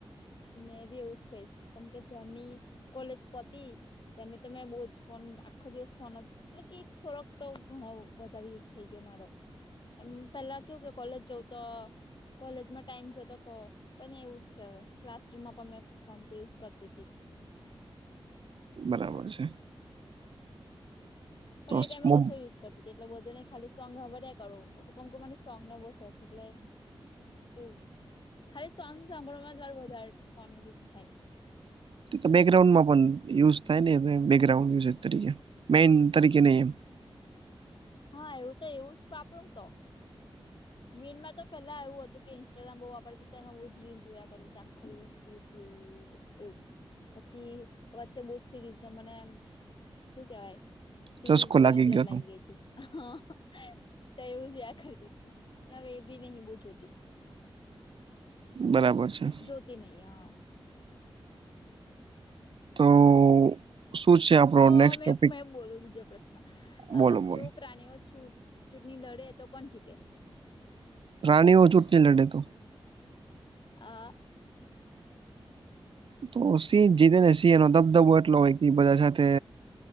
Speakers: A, on the left; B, on the right.
A: મેં બી એવું જ કહીશ કમ કે જ્યારની કોલેજ પતી ત્યારની તમે બહુ જ ફોન આખો દિવસ ફોન જ મતલબ કે થોડક તો ઘણો વધારે યુઝ થઈ ગયો મારો. એમ પેલા કેવું કે કોલેજ જવું તો કોલેજમાં ટાઈમ જતો હતો. પણ એવું જ છે હવે ક્લાસરૂમમાં પણ મેં ફોન તો યુઝ કરતી હતી જ.
B: બરાબર છે.
A: પણ
B: તો
A: એ ટાઈમે
B: મો-
A: ઓછો યુઝ <unintelligible> કરતી તી એટલો બધો નઈ ખાલી સોંગ હાંભળ્યા કરુ <unintelligible> કે મને સોંગનો બહુ શોખ એટલે એવું ખાલી સોંગ સાંભળવામાં મારે વધારે ફોન યુઝ થાય.
B: તો બેકગ્રાઉન્ડમાં પણ યુઝ થાય ને બેકગ્રાઉન્ડ યુઝ તરીકે મેન તરીકે નહી એમ,
A: હા એવું તો એવું જ વાપરુંન તો મેઇનમાં તો પેલા એવું હતું કે ઇન્સ્ટાગ્રામ બહુ વાપરતી તી તો એમાં બહુ જ રીલ જોયા કરતી હતી આખો દિવસ રીલ એવું પછી વચ્ચે બોઉજ સિરીઝનો મને એમ શું કેવાય સિરીઝ
B: ચસ્કો
A: જોવાની લત
B: ગયો
A: લાગી
B: હતો
A: ગઈ તી. હા તો એવું જોયા કરતી હતી હવે એ બી નહી બોવ જોતી.
B: બરાબર છે.
A: જોતી નહીં હ.
B: તો શું છે આપણો
A: તો
B: નેક્સ્ટ
A: મેં
B: ટોપિક
A: મેં બોલુ બીજો પ્રશ્ન
B: બોલો બોલો
A: જો પ્રાણીઓ ચુ-ચૂંટણી લડે તો કોણ જીતે?
B: પ્રાણીઓ ચૂંટણી લડે તો?
A: હા
B: તો સિંહ જીતે ને સિંહ એનો દબદબો એટલો હોય કે બધા સાથે